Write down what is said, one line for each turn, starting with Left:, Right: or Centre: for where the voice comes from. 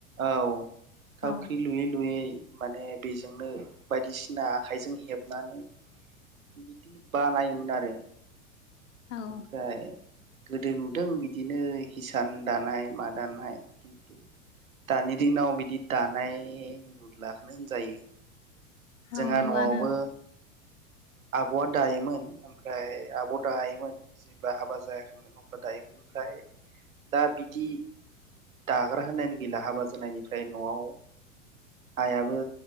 Right: औ थावख्रि
Left: औ
Right: लुयै लुयै माने बेजोंनो बायदिसिना आखाइजों हेबनानै बिदिनो बानायोमोन आरो।
Left: औ
Right: ओमफ्राय गोदो नुदों बिदिनो हिसान दानाय मा दानाय खिन्थु दानि दिनाव बिदि दानाय नुलाखौनो होनजायो। जोंहा
Left: औ न'आनो
Right: न'आवबो आब'आ दायोमोन आमफ्राय आब' दायोमोन जेब्ला हाबा जायाखैमोन अब्ला दायोमोन आमफ्राय दा बिदि दाग्रा होनायानो गैला हाबा जानाय निफ्राय न'आव आइयाबो